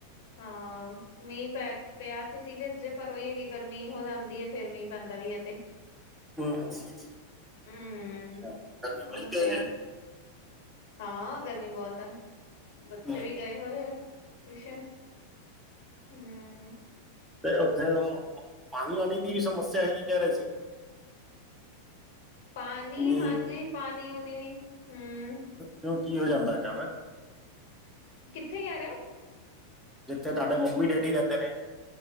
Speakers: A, on the left; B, in the centre.
A: ਹਾਂ। ਮੀਂਹ ਪੈ ਪਿਆ ਇਥੇ ਸੀ ਵੇਜੇ ਪਰ ਉਹੀ ਹੈਗੀ ਗਰਮੀ ਹੋ ਜਾਂਦੀ ਹੈ ਫੇਿਰ ਮੀਂਹ ਪੈਂਦਾ ਵੀ ਹੈ ਤੇ।
B: ਹਮ-ਹਮ-ਹਮ ਅੱਛਾ
A: ਹਮ
B: <inaudible>
A: ਉਹ ਤੇ ਆ ਹਾਂ ਗਰਮੀ ਬਹੁਤ ਆ' ਬੱਚੇ
B: ਹੂੰ।
A: ਵੀ ਗਏ ਹੋਏ ਆ ਟੀਊਸ਼ਨ। ਹਮ।
B: ਤੇ ਉੱਥੇ ਉਹ ਪਾਣੀ ਵਾਲੀ ਵੀ ਸਮੱਸਿਆ ਹੈਗੀ ਕਹਿ ਰਹੇ ਸੀ।
A: ਪਾਣੀ
B: ਮੀ
A: ਹਾਂਜੀ ਪਾਣੀ-ਵਉਣੀ ਵੀ ਹਮ।
B: ਕਿਉਂ ਕੀ ਹੋ ਜਾਂਦਾ ਅਚਾਨਕ?
A: ਕਿੱਥੇ ਕਹਿ ਰਹੇ ਹੋ?
B: ਜਿੱਥੇ ਤੁਹਾਡੇ ਮੰਮੀ ਡੈਡੀ ਰਹਿੰਦੇ ਨੇ।